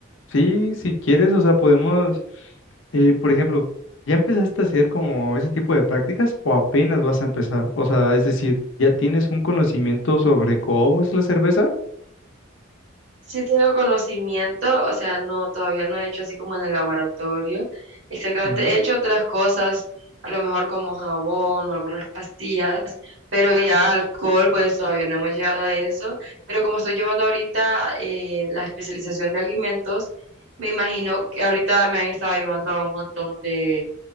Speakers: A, on the left (about 65°); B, on the right (about 70°).
A: Sí, si quieres, o sea, podemos, eh, por ejemplo, ¿ya empezaste a hacer como ese tipo de prácticas o apenas vas a empezar? O sea, es decir, ¿ya tienes un conocimiento sobre cómo es la cerveza?
B: Sí tengo conocimiento, o sea, no, todavía no he hecho así como en el laboratorio. Exactamente,
A: Ujú,
B: he hecho otras cosas, a lo mejor como jabón o algunas pastillas, pero ya alcohol, pues todavía no hemos llegado a eso. Pero como estoy llevando ahorita eh, la especialización de alimentos, me imagino que ahorita me han estado llevando a un montón de,